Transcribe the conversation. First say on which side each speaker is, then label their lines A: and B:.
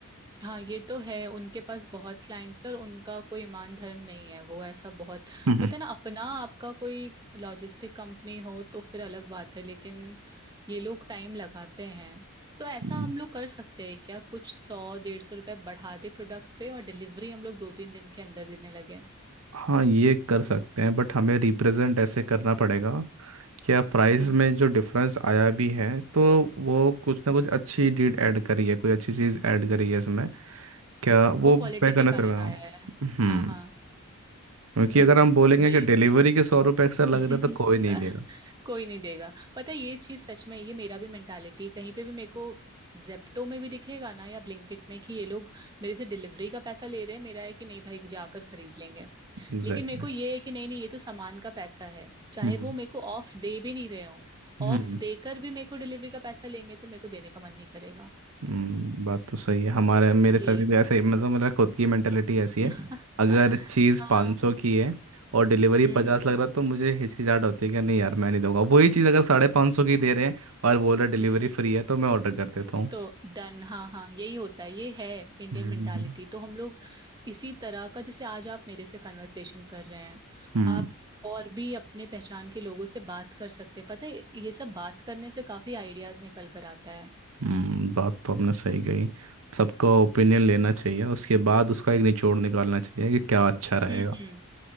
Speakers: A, on the right (about 20°); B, on the right (about 75°).
A: हाँ ये तो है उनके पास बहुत क्लाइंट्स है और उनका कोई ईमान धर्म नहीं है वो ऐसा बहुत
B: हम्म,
A: होता है ना अपना आपका कोई लॉजिस्टिक कंपनी हो तो फिर अलग बात है लेकिन ये लोग टाइम लगाते हैं तो ऐसा
B: हम्म।
A: हम लोग कर सकते हैं क्या कुछ सौ डेढ़ सौ रुपए बढ़ा दे प्रोडक्ट पे और डिलीवरी हम लोग दो तीन दिन के अंदर देने लगे
B: हाँ ये कर सकते हैं बट हमें रिप्रेजेंट ऐसे करना पड़ेगा क्या प्राइस
A: हम्म हम्म
B: में जो डिफरेंस आया भी है तो वो कुछ ना कुछ अच्छी डीड ऐड करी है कोई अच्छी चीज़ ऐड करी है इसमें क्या वो
A: वो क्वालिटी
B: पे करना
A: के
B: चलेगा
A: कारण आया है
B: हम्म
A: हाँ हाँ
B: क्योंकि
A: हम्म
B: अगर हम बोलेंगे
A: ये
B: कि डिलीवरी के सौ रुपये एक्स्ट्रा लग
A: <laughs>
B: रहे हैं तो कोई नहीं देगा
A: कोई नहीं देगा पता है ये चीज सच में ये मेरा भी मेंटालिटी कहीं पे भी मेरे को जेप्टो में भी दिखेगा ना या ब्लिंकिट में कि ये लोग मेरे से डिलीवरी का पैसा ले रहे हैं मेरा है कि नहीं भाई जाकर खरीद लेंगे
B: एग्जैक्टली
A: लेकिन मेरे को ये है कि नहीं नहीं ये तो सामान का पैसा है चाहे
B: हम्म
A: वो मेरे को ऑफ दे भी नहीं रहे हो ऑफ
B: हम्म
A: देकर भी मेरे को डिलीवरी का पैसा लेंगे तो मेरे को देने का मन नहीं करेगा
B: हम्म, बात तो सही है हमारे मेरे सभी
A: ये
B: भी ऐसे ही- मतलब मेरा खुद की मेंटेलिटी ऐसी है
A: <laughs>
B: अगर चीज़
A: हाँ
B: 500
A: हम्म
B: की है और डिलीवरी
A: हम्म
B: पचास लग रहा तो मुझे हिचकिचाहट होती है कि नहीं यार मैं नहीं दूंगा वही चीज़ अगर साढ़े पाँच सौ की दे रहे हैं और बोल रहे डिलीवरी
A: हम्म
B: फ्री है तो मैं ऑर्डर कर देता हूँ
A: तो डन हाँ हाँ यही होता है ये है इंडियन
B: हम्म
A: मेंटालिटी तो हम हम्म, लोग इसी तरह का जैसे आज आप मेरे से कन्वर्सेशन कर रहे हैं
B: हम्म
A: आप और भी अपने पहचान के लोगों से बात कर सकते हैं पता है ये सब बात करने से काफी आइडियाज निकल कर आता है
B: हम्म, बात तो आपने सही कही सबका ओपिनियन लेना चाहिए उसके बाद उसका एक निचोड़ निकालना चाहिए कि क्या अच्छा रहेगा
A: हम्म हम्म